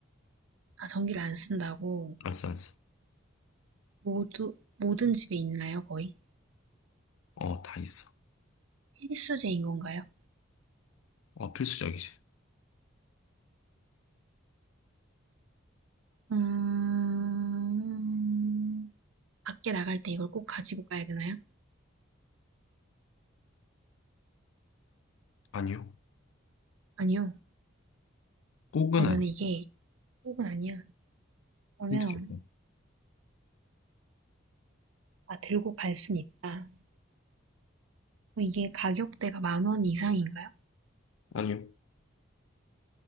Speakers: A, on the right (about 80°); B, on the left (about 80°).
A: 아, 전기를 안 쓴다고,
B: 알았어, 알았어.
A: 모두, 모든 집에 있나요, 거의?
B: 어, 다 있어.
A: 필수제인 건가요?
B: 어, 필수적이지.
A: 음, 밖에 나갈 때 이걸 꼭 가지고 가야 되나요?
B: 아니요.
A: 아니요.
B: 꼭은
A: 그러면
B: 아니야.
A: 이게 꼭은 아니야. 그러면,
B: 힌트 줬고.
A: 아, 들고 갈 순 있다. 그럼 이게 가격대가 만 원 이상인가요?
B: 아니요.